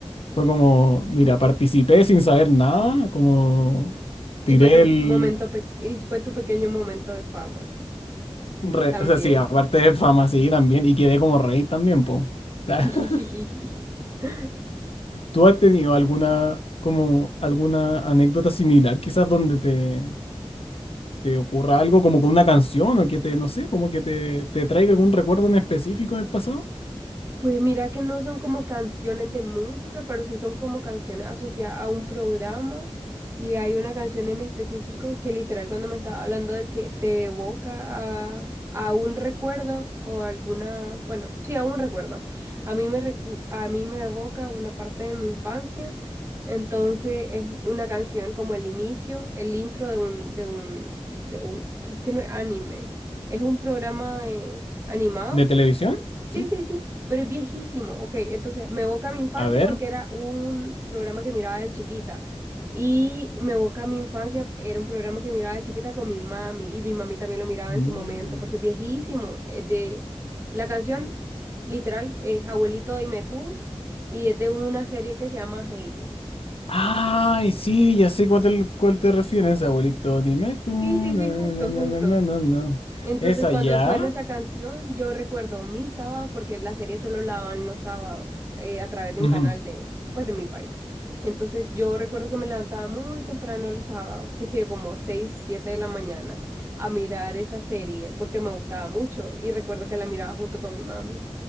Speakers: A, on the left (about 65°); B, on the right (about 25°).
A: fue como, mira, participé sin saber nada, como tiré
B: Y fue tu
A: el...
B: momento pe- y fue tu pequeño momento de fama
A: re-
B: también.
A: o sea, sí, aparte de fama, sí, también, y quedé como rey también, po. <laughs>
B: <laughs>
A: ¿Tú has tenido alguna, como, alguna anécdota similar, quizás donde te, te ocurra algo como con una canción o que te, no sé, como que te, te traiga algún recuerdo en específico del pasado?
B: Pues mira que no son como canciones de música, pero sí son como canciones asociadas a un programa. Y hay una canción en específico que literal cuando me estaba hablando de que te evoca a, a un recuerdo o alguna, bueno, sí, a un recuerdo. A mí me recu- a mí me evoca una parte de mi infancia. Entonces es una canción como el inicio, el intro de un, de un, de un, que es que no es anime. Es un programa de- animado
A: ¿De televisión?
B: Sí,
A: Sí.
B: sí, sí, pero es viejísimo. Ok, entonces me evoca mi infancia
A: A ver.
B: porque era un programa que miraba de chiquita. Y me evoca mi infancia, era un programa que miraba de chiquita con mi mami. Y mi mami también lo miraba
A: Mm.
B: en su momento porque es viejísimo. Es de... La canción literal es Abuelito, dime tú. Y es de una serie que se llama Heidi.
A: Ay, sí, ya sé cuál te, cuál te refieres, abuelito. Dime tú.
B: Sí, sí,
A: na,
B: sí,
A: na,
B: justo,
A: na,
B: justo.
A: na, na, na, na.
B: Entonces,
A: ¿Esa
B: cuando
A: ya?
B: suena esa canción, yo recuerdo mis sábados, porque la serie solo la daban los sábados eh, a través de
A: Ujú.
B: un canal de, pues, de mi país. Entonces, yo recuerdo que me levantaba muy temprano los sábados, que sé yo, como seis siete de la mañana, a mirar esa serie, porque me gustaba mucho y recuerdo que la miraba junto con mi mami.